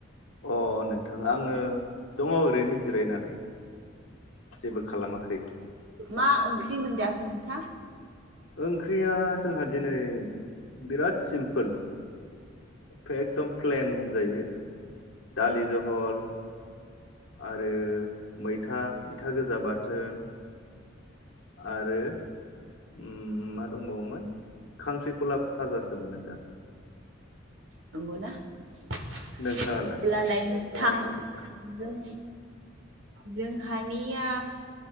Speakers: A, on the left; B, on the right.
A: अ नोंथां आङो दङ ओरैनो जिरायनानै जेबो खालामाखै
B: मा ओंख्रि मोनजाखो नों नोंथां
A: ओंख्रिया जोंहा दिनै बिराद सिमपोल बा एकदम प्लेन होनजायो दालि जहल आरो मैथा मैथा गोजा बाथोन। आरो उम मा दंबावोमोन खांख्रिखला फाजासोमोन नोंथां
B: नंगौना? <unintelligible>
A: नोंथाङालाय
B: अब्लालाय नोथां
A: मा ओंख्रि जाखो
B: जों जोंहा दानिया